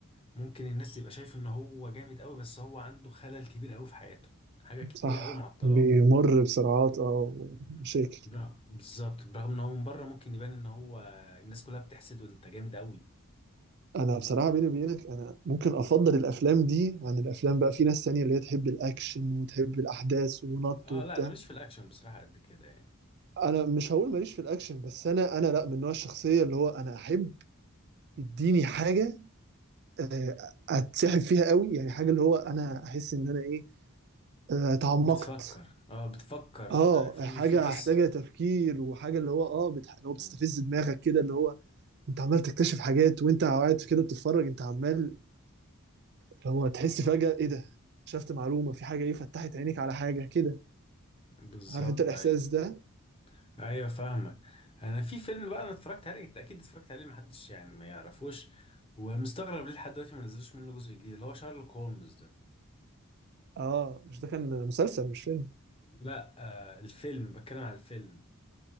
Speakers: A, on the left; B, on the right.
A: ممكن الناس تبقى شايف ان هو جامد قوي بس هو عنده خلل كبير قوي في حياته حاجة كبيرة
B: صح
A: قوي معطلاه
B: بيمر بسرعات اه ومشاكل
A: مم. برغم- بالظبط برغم ان هو من بره ممكن يبان ان هو الناس كلها بتحسده انت جامد قوي
B: انا بصراحه بيني وبينك انا ممكن افضل الافلام دي عن الافلام بقى في ناس تانية اللي هي تحب الاكشن وتحب الاحداث ونط
A: اه
B: وبتاع
A: لا انا ماليش في الاكشن بصراحة قد كده يعني
B: انا مش هقول ماليش في الاكشن بس انا انا لا من نوع الشخصيه اللي هو انا احب اديني حاجه آه، اتسحب فيها قوي يعني حاجه اللي هو انا احس ان انا ايه آه، اتعمقت
A: بتفكر اه بتفكر
B: اه
A: تع- في
B: حاجه
A: في قصة
B: محتاجه تفكير وحاجه اللي هو اه بتح... اللي
A: مم.
B: هو بتستفز دماغك كده اللي هو انت عمال تكتشف حاجات وانت قاعد كده بتتفرج انت عمال اللي هو تحس فجاه ايه ده اكتشفت معلومه في حاجه ايه فتحت عينيك على حاجه كده
A: بالظبط
B: عارف انت الاحساس
A: ايوه
B: ده
A: ايوه فاهمك انا في فيلم بقى انا اتفرجت عليه انت اكيد اتفرجت عليه محدش يعني ما يعرفوش ومستغرب ليه لحد دلوقتي ما نزلوش منه جزء جديد اللي هو شارلوك هولمز ده
B: اه مش ده كان مسلسل مش فيلم
A: لا آه الفيلم بتكلم على الفيلم